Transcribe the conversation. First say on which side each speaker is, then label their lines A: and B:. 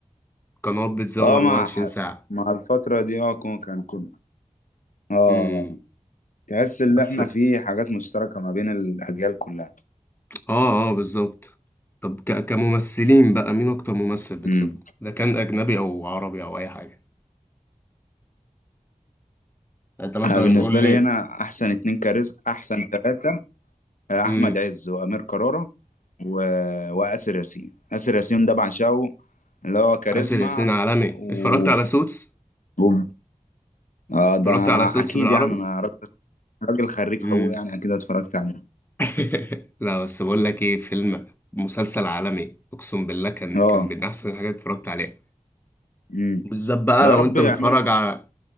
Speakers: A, on the left; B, on the left.
A: قنوات بتزوم
B: اه
A: 24
B: مع حدث
A: ساعه
B: مع الفتره دي اه كون- كان كله اه آه.
A: امم
B: تحس ان
A: بس
B: احنا في حاجات مشتركة ما بين الاجيال كلها
A: اه اه بالظبط طب ك... كممثلين بقى مين اكتر ممثل بتحبه
B: امم
A: ده كان اجنبي او عربي او اي حاجه يعني انت مثلا
B: انا بالنسبة
A: قول لي
B: لي انا احسن اتنين كاريزما احسن ثلاثة آه، احمد
A: امم
B: عز وامير كرارة و... واسر ياسين اسر ياسين ده بعشقه اللي هو كاريزما
A: آسر ياسين عالمي
B: و...
A: اتفرجت على سوتس
B: و... اه ده
A: اتفرجت على سوتس
B: اكيد
A: بالعربي
B: يعني انا راجل راجل خريج
A: امم
B: حقوق يعني اكيد اتفرجت عليه
A: <laughs> لا بس بقول لك ايه فيلم مسلسل عالمي اقسم بالله كان
B: اه
A: كان من احسن الحاجات اللي اتفرجت عليها
B: امم
A: بالذات بقى
B: يا
A: لو
B: رب
A: انت
B: يعملوا
A: متفرج على